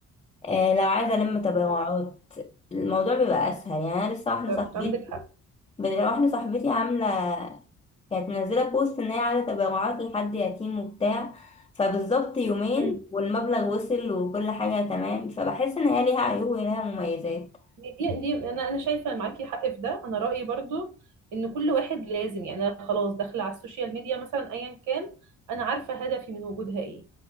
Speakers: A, on the left; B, on the right.
A: آه، لو عايزه الم
B: مم.
A: تبرعات الموضوع بيبقى اسهل يعني انا لسه واحده
B: بالظبط
A: صاحبتي
B: عندك حق
A: واحده صاحبتي عامله كانت منزلة بوست إن هي عايزة تبرعات لحد يتيم وبتاع فبالظبط يومين
B: مم.
A: والمبلغ وصل وكل حاجة تمام فبحس إن هي ليها عيوب وليها مميزات
B: دي دي انا انا شايفه معاكي حق في ده انا رايي برضو ان كل واحد لازم يعني أنا خلاص داخله على السوشيال ميديا مثلا ايا كان انا عارفه هدفي من وجودها ايه